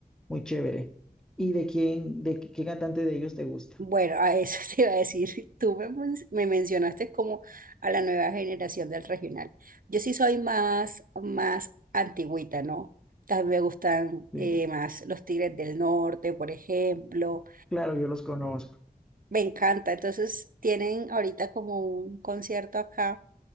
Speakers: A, in the centre; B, on the right (about 60°).
A: muy chévere. ¿Y de quién, de qué qué cantante de ellos te gusta?
B: Bueno, a eso <laughs> te iba a decir, tú me, men- me mencionaste como a la nueva generación del regional. Yo sí soy más, más antigüita, ¿no? También me gustan
A: Sí,
B: eh, más los Tigres del Norte, por ejemplo.
A: claro, yo los conozco.
B: Me encanta. Entonces, tienen ahorita como un concierto acá